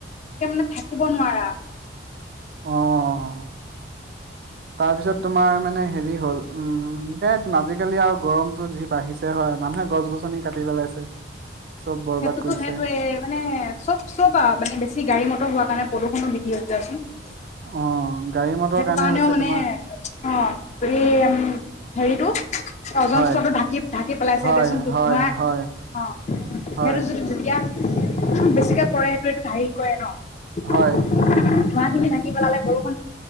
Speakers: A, on the left; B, on the right.
A: মানে থাকিব নোৱাৰা।
B: অহ-অহ-অহ তাৰ পিছত তোমাৰ মানে হেৰি হল। উম আজিকালি আৰু গৰমতটো যি বাঢ়িছে হয়, মানুহে গছ গছনি কাটি পেলাইছে। চব বৰবাদ
A: সেইটোতো-সেইটোয়ে
B: কৰিছে
A: মানে চব-চব মানে বেছি গাড়ী মটৰ হোৱা কাৰণে প্ৰদূষণ <unintelligible>
B: অ গাড়ী মটৰ
A: সেইটো
B: কাৰণে
A: কাৰণেও
B: হৈছে
A: মানে
B: তোমাৰ
A: অঁ হেৰী উম হেৰিটো অজন্ত্ৰটো
B: হয়
A: ঢাকি-ঢাকি পেলাইছে
B: হয়
A: দেচোন ত
B: হয়
A: ভোৰাাই
B: হয়
A: অ
B: হয়
A: হেতু যদি <unintelligible> বেছিকে পৰে সেইটোটো ধাৰি কৰে ন? ধোৱাা
B: হয়
A: খিনি ঢাকি পেলালে বৰষুণ